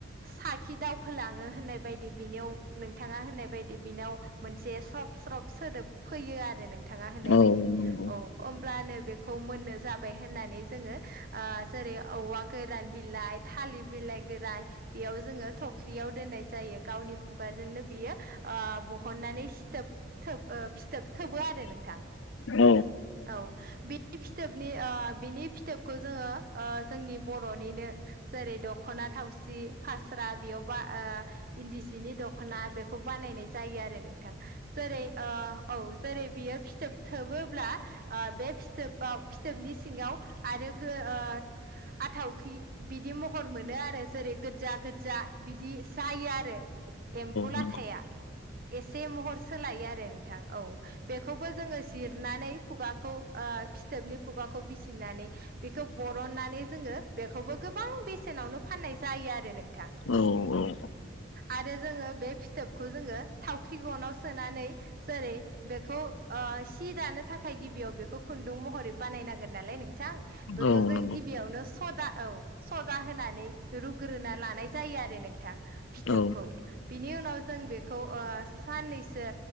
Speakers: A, on the right (about 45°); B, on the left (about 75°).
A: सा खि दावखोलाङो होननाय बायदि बिनियाव नोंथाङा होननाय बायदि बिनाव मोनसे स्रब स्रब सोदोब फैयो आरो नोंथाङा होननाय
B: औ
A: बायदि
B: नंगौ
A: औ होमब्लानो बेखौ मोननो जाबाय होननानै जोङो ओ जेरै औवा गोरान बिलाइ थालिर बिलाइ गोरान बेयाव जोङो थख्रियाव दोननाय जायो गावनि खुगाजोंनो बियो ओ ब हननानै सिथोब थोब फिथोब थोबो आरो नोंथां।
B: औ
A: औ बे फिथोबनि आ बिनि फिथोबखौ जोङो ओ जोंनि बर'निनो जेरै- दख'ना थावसि, फास्रा, बेयाव बा आ इन्दि सिनि दख'ना बेखौ बानायनाय जायो आरो नोंथां जेरै आ औ जेरै बियो फिथोब थोबोब्ला आ बे फिथोबाव फिथोबनि सिङाव आरो आ आथावखि बिदि महर मोनो आरो जेरै गोजा- गोजा बिदि जायो आरो एम्फौ लाथाया
B: नंगौ औ
A: एसे महर सोलायो आरो नोंथां औ बेखौबो जोङो जिर नानै खुगाखौ ओ फिथोबनि खुगाखौ बिसिनानै बेखौ बरननानै जोङो बेखौबो गोबां बेसेनावनो फाननाय जायो आरो नों
B: औ औ
A: आरो जोङो बे फिथोबखौ जोङो थावख्रि गनाव सोननै जेरै बेखौ ओ सि दानो थाखाय गिबियाव बेखौ खुन्दुं महरै बानाय नांगोन नालाय नोंथां बेखौ
B: औ नंगौ औ
A: जों
B: नंगौ
A: गिबियावनो सदा औ सदा होनानै रुग्रोना लानाय जायो आरो नोंथां। फिथोबखौ
B: औ
A: बिनि उनाव जों बेखौ ओ साननैसो